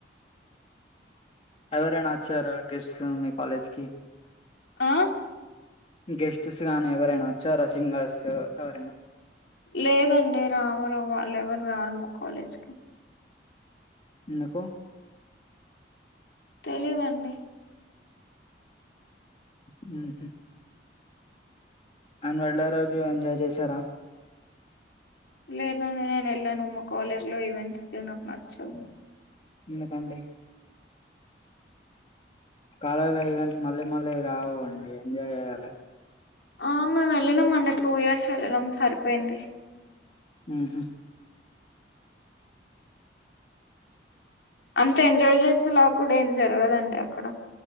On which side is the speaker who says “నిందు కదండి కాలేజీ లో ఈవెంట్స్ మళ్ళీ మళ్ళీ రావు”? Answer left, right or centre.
Left